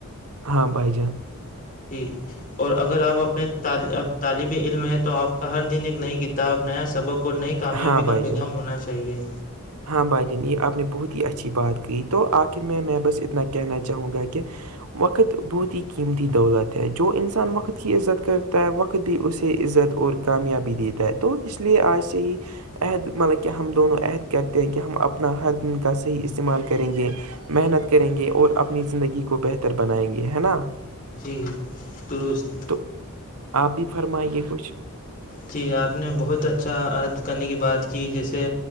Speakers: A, on the right (about 80°); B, on the left (about 40°).
A: ہاں بھائی جان
B: جی اور اگر آپ اپنے اب طالب علم ہے تو آپ کا ہر دن ایک نئی کتاب نیا سبق اور نئی کامیابی
A: ہاں بھائی
B: کا پیغام
A: جان
B: ہونا چاہیے
A: ہاں بھائی جان یہ آپ نے بہت ہی اچھی بات کہی تو آخر میں میں بس اتنا کہنا چاہوں گا کہ وقت بہت ہی قیمتی دولت ہے جو انسان وقت کی عزت کرتا ہے وقت بھی اسے عزت اور کامیابی دیتا ہے تو اس لیے آج سے ہی عہد مطلب کہ ہم دونوں عہد کرتے ہیں کہ ہم اپنا ہر دن کا صحیح استعمال کریں گے محنت کریں گے اور اپنی زندگی کو بہتر بنائیں گے ہے نا
B: جی درست
A: تو آپ بھی فرمائیے کچھ
B: جی آپ نے بہت اچھا عہد کرنے کی بات کی جیسے